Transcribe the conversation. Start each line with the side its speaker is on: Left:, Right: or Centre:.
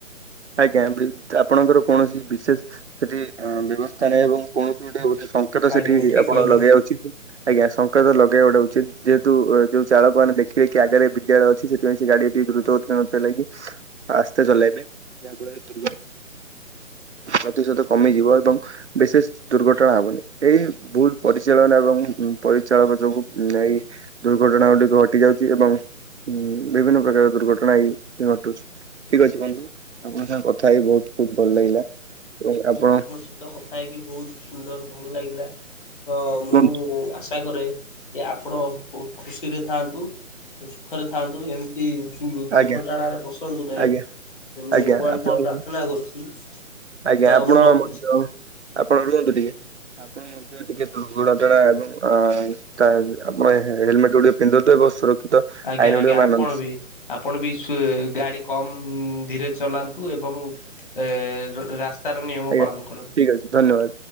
Right: ଆଜ୍ଞା ଆପଣଙ୍କର କୌଣସି ବିଶେଷ ସେଠି ବ୍ୟବସ୍ଥା ନାହିଁ ଏବଂ କୌଣସି ଗୋଟେ ସଙ୍କେତ ସେଠି
Left: ଆଜ୍ଞା ଠିକ
Right: ଆପଣ
Left: କହିଲେ।
Right: ଲଗେଇବା ଉଚିତ୍। ଆଜ୍ଞା ସଂଙ୍କେତ ଲଗେଇବା ଗୋଟେ ଉଚିତ୍ ଯେହେତୁ ଯୋଉ ଚାଳକ ମାନେ ଦେଖିବେ କି ଆଗରେ ବିଦ୍ୟାଳୟ ଅଛି ସେ ସେଥିପାଇଁ ସେ ଗାଡିଟି ଦ୍ରୁତ ନଥିଲାଗି ଆସ୍ତେ ଚଲେଇବେ ଯାହାଫଳରେ ଦୁର୍ଘଟ ପ୍ରତିଶତ କମିଯିବ ଏବଂ ବିଶେଷ ଦୁର୍ଘଟଣା ହବନି ଏଇ ଭୁଲ ପରିଚାଳନା ଏବଂ ପରିଚାଳକ ଯୋଗୁ ଏଇ ଦୁର୍ଘଟଣା ଗୁଡିକ ଘଟି ଯାଉଛି ଏବଂ ଉଁ ବିଭିନ୍ନ ପ୍ରକାର ଦୁର୍ଘଟଣା ଏଇ ଘଟୁଛି। ଠିକ ଅଛି ବନ୍ଧୁ ଆପଣଙ୍କ ସାଙ୍ଗ କଥା ହେଇ ବହୁତ ଭଲ ଲାଗିଲା ଏବଂ ଆପଣ
Left: ତ କଥା ହେଇକି ବହୁତ ସୁନ୍ଦର ଭଲ ଲାଗିଲା ତ ମୁଁ
Right: କୁହନ୍ତୁ
Left: ଆସ ଚେଷ୍ଟା କରେ କି, ଆପଣ ବହୁତ ଖୁସିରେ ଥାଆନ୍ତୁ। ସୁଖରେ ଥାଆନ୍ତୁ ଏମ ଦୁର୍ଘଟଣାରେ
Right: ଆଜ୍ଞା
Left: ପଶନ୍ତୁ ନାହିଁ।
Right: ଆଜ୍ଞା
Left: ମୁଁ
Right: ଆଜ୍ଞା
Left: ଭଗବାନ
Right: ଆପଣଙ୍କୁ
Left: ଠାରୁ ପ୍ରାର୍ଥନା କରୁଛି।
Right: ଆଜ୍ଞା।
Left: ତ
Right: ଆପଣ
Left: ମୁଁ ରଖୁଛି।
Right: ମଧ୍ୟ। ଆପଣ ରୁହନ୍ତୁ ଟିକେ। ଆଣ ମଧ୍ୟ, ଟିକେ ଦୁର୍ଘଟଟଣା। ଏବଂ ଅ ତା ଆପଣ ହେଲମେଟ ଗୁଡେ ପିନ୍ଧନ୍ତୁ। ଏବଂ ସୁରକ୍ଷିତ
Left: ଆଜ୍ଞା
Right: ଆଇନ ଗୁଡ଼ିକ
Left: ଆଜ୍ଞା
Right: ମାନନ୍ତୁ।
Left: ଆପଣ ବି। ଆପଣ ବି ଶୁ ଗାଡି କମ ଧୀରେ ଚଲାନ୍ତୁ ଏବଂ ଏ ର ରାସ୍ତାର ନିୟମ
Right: ଆଜ୍ଞା
Left: ପାଳନ କରନ୍ତୁ।
Right: ଠିକ୍ ଅଛି ଧନ୍ୟବାଦ